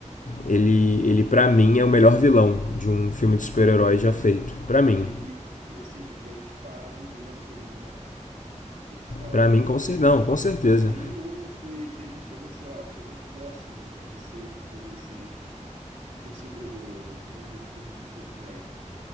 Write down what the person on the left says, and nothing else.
ele, ele para mim é o melhor vilão de um filme de super-herói
já feito, Pra
mim.
Pra
mim, com
não, com
certeza.